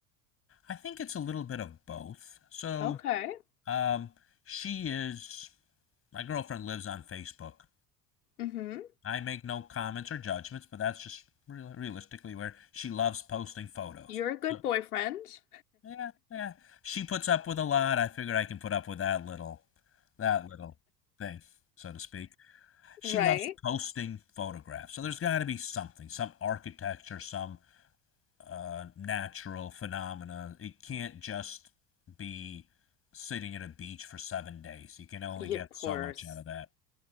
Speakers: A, on the left; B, on the left.
A: I think it's a little bit of both. So,
B: Okay.
A: um, she is my girlfriend lives on Facebook.
B: Mm-hmm.
A: I make no comments or judgments, but that's just real realistically where she loves posting photos.
B: You're a good
A: So
B: boyfriend.
A: Yeah, yeah. She puts up with a lot. I figured I can put up with that little, that little thing, so to speak. She
B: Right.
A: loves posting photographs. So there's got to be something, some architecture, some uh, natural phenomena. It can't just be sitting at a beach for seven days. You can only
B: Yeah,
A: get
B: of course.
A: so much out of that.